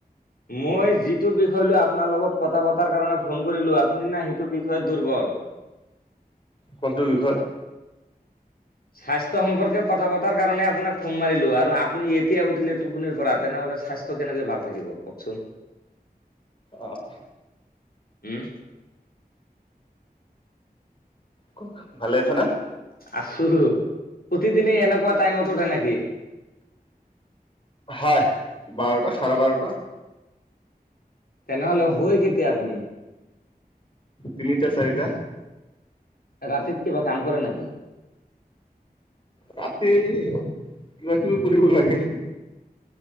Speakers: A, on the left (about 70°); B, on the left (about 30°).
A: মই যিটো বিষয় লৈ আপোনাৰ লগত কথা পতাৰ কাৰণে ফোন কৰিলো আপুনি না সেইটো বিষয়ে দুৰ্বল।
B: কোনটো বিষয়?
A: স্বাস্থ্য সম্পৰ্কে কথা পতাৰ কাৰণে আপোনাক ফোন মাৰিলো আৰু আপুনি এতিয়া উঠিলে টোপনিৰ পৰা তেনেহলে স্বাস্থ্য- কেনেকৈ ভাল থাকিব কওঁকচোন।
B: অহ।
A: উম।
B: কক, ভালে আছা না?
A: আছো, প্ৰতিদিনেই এনেকুৱা টাইমত উঠে নেকি?
B: হয়, বাৰটা চাৰে বাৰটা।
A: তেনেহলে, শুৱে কেতিয়া আপুনি?
B: তিনিটা চাৰিটা।
A: ৰাতিত কিবা কাম কৰে নেকি?
B: ৰাতি কিবা কিবি কৰিব লাগে।